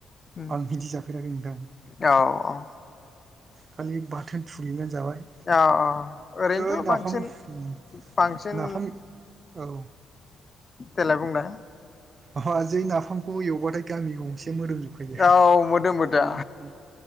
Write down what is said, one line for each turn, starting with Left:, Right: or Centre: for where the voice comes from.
Left: उम
Right: आं बिदि जाफेरेराखै नोंथां
Left: औ औ
Right: खालि बाथोन थुल्गिनाय जाबाय
Left: औ औ ओरैनोथ'
Right: जै नाफाम
Left: बांसिन
Right: ओम
Left: बांसिन
Right: नाफाम औ
Left: देलाय बुंलाय
Right: अ जै नाफामखौ एवबाथाय गामि गंसे से मोदोमजोबखायो
Left: औ मोदोमो दा
Right: ओम ओम